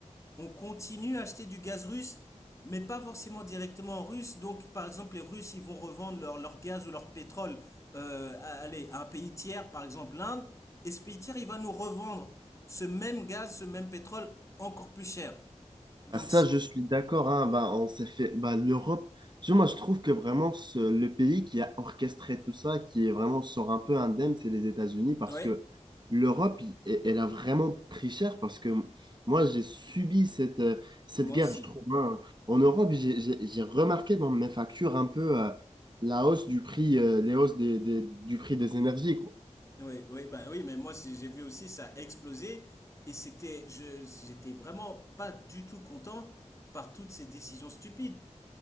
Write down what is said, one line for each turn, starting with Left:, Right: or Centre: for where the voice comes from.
Left: on continue à acheter du gaz russe, mais pas forcément directement en russe. Donc, par exemple, les Russes, ils vont revendre leur, leur gaz ou leur pétrole euh, à, allez, à un pays tiers, par exemple l'Inde. Et ce pays tiers, il va nous revendre ce même gaz, ce même pétrole encore plus cher. Donc,
Right: Ah, ça,
Left: c'est...
Right: je suis d'accord. hein. Bah, on s'est fait bah, l'Europe. tu vois, moi, je trouve que vraiment ce- le pays qui a orchestré tout ça, qui est vraiment sort un peu indemne, c'est les États-Unis parce
Left: Ouais,
Right: que l'Europe, il- elle elle a vraiment pris cher parce que moi, j'ai subi cette, euh, cette
Left: moi
Right: guerre,
Left: aussi.
Right: je trouve. hein. En Europe, j'ai j'ai- j'ai remarqué dans mes factures un peu euh, la hausse du prix, euh, les hausses des, des- du prix des énergies, quoi.
Left: Oui, oui, bah oui, mais moi, c'est- j'ai vu aussi, ça a explosé. Et c'était, je, j'étais vraiment pas du tout content par toutes ces décisions stupides.